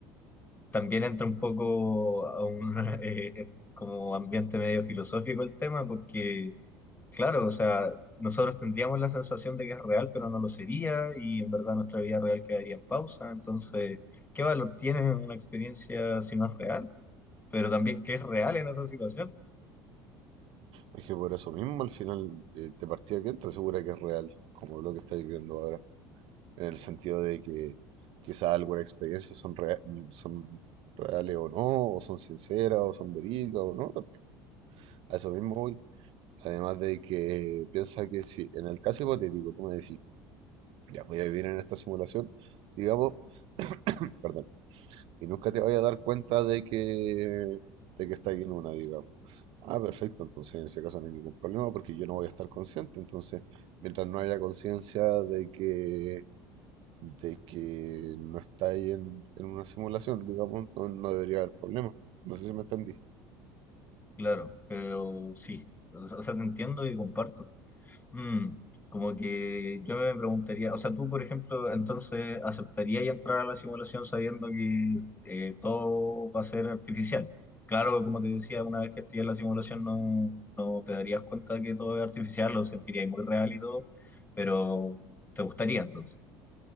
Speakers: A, on the left; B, on the right.
A: también entra un poco a un <laughs> eh, eh, como ambiente medio filosófico el tema, porque, claro, o sea, nosotros tendríamos la sensación de que es real, pero no lo sería, y en verdad nuestra vida real quedaría en pausa. Entonces, ¿qué valor tiene una experiencia si no es real? Pero también, ¿qué es real en esa situación?
B: Es que por eso mismo al final eh, te partida que entra segura que es real, como lo que estáis viendo ahora. en el sentido de que quizá algunas experiencias son, rea- son reales o no, o son sinceras, o son verídicas o no. también. A eso mismo voy. Además de que piensa que si en el caso hipotético tú me decís, ya voy a vivir en esta simulación, digamos, <clears throat> perdón, y nunca te vayas a dar cuenta de que, de que estás en una, digamos. Ah, perfecto, entonces en ese caso no hay ningún problema porque yo no voy a estar consciente, entonces mientras no haya conciencia de que de que no está ahí en, en una simulación, digamos, no, no debería haber problema. No sé si me entendí.
A: Claro, pero sí, o sea, te entiendo y comparto. Mm, como que yo me preguntaría, o sea, tú, por ejemplo, entonces aceptarías entrar a la simulación sabiendo que eh, todo va a ser artificial. Claro, como te decía, una vez que estés en la simulación no, no te darías cuenta que todo es artificial, lo sentirías muy real y todo, pero te gustaría entonces.